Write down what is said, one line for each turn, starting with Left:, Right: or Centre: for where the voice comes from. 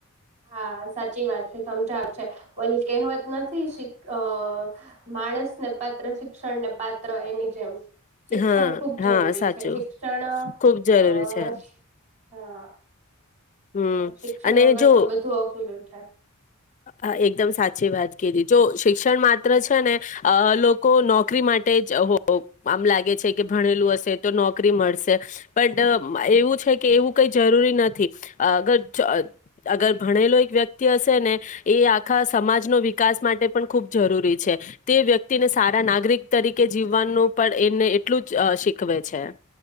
Right: હા સાચી વાત છે સમજ છે ઓલી કહેવત નથી અ માણસ ને પાત્ર શિક્ષણ ને પાત્ર એની જેમ શિક્ષણ
Left: હા
Right: ખુબ જરૂરી
Left: હા સાચું
Right: છે શિક્ષણ અ
Left: ખુબ જરૂરી
Right: હા
Left: છે હમ
Right: હા શિક્ષણ
Left: અને
Right: વગર
Left: જો
Right: તો બધું અઘરુંથાય
Left: હા એકદમ સાચી વાત કીધી જો શિક્ષણ માધ્ય છે ને લોકો નો નોકરી માટે જ હો આમ લાગે છે કે ભણેલું હશે તો નોકરી મળશે પણટ એવું છે કે એવું કઈ જરૂરી નથી અગર અગર ભણેલો એક વ્યક્તિ હશે ને એ આખા સમાજનો વિકાસ માટે પણ ખૂબ જરૂરી છે તે વ્યક્તિને સારા નાગરિક તરીકે જીવવાનું પણ એને એટલું જ શીખવે છે